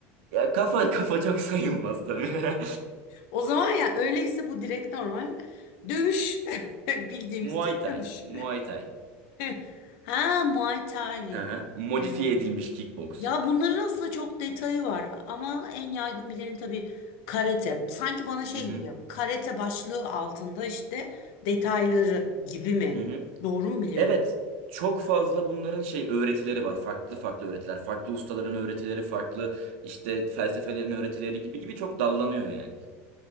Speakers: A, on the right; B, on the left.
A: Ya kafa <laughs> kafa çok sayılmaz tabii. <laughs>
B: O zaman ya öyleyse bu direkt normal dövüş. <laughs> Bildiğimiz
A: Muay
B: Türk
A: Thai.
B: dövüş.
A: Muay Thai.
B: Heh. Ha Muay Thai.
A: Aha. Modifiye
B: Evet.
A: edilmiş kickboks.
B: Ya bunların aslında çok detayı var ama en yaygın bileni tabii karate. Sanki bana şey
A: Hı hı.
B: gibi geliyor. Karate başlığı altında işte detayları gibi mi?
A: Hı hı.
B: Doğru mu biliyorum?
A: Evet. Çok fazla bunların şey öğretileri var. Farklı farklı öğretiler. Farklı ustaların öğretileri, farklı işte felsefelerin öğretileri gibi gibi çok dallanıyor yani.